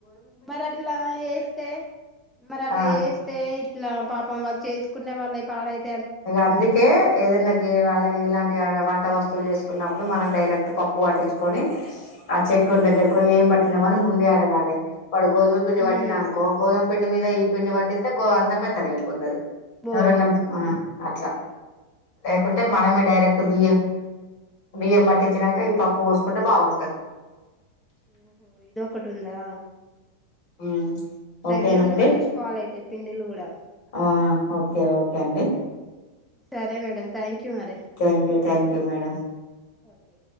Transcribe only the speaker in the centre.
మరి అట్లా వస్తే మరి అట్లా
చేస్తే ఇట్లా పాపం వాళ్ళు చేసు కునే వాళ్ళయి పాడైతే
ఉమ్
బో
ఓహో ఇదోకటి ఉందా
దగ్గరుండి పట్టించుకోవాలయితే పిండిలు కూడా
సరే మేడం థ్యాంక్ యూ మరి
ఓకే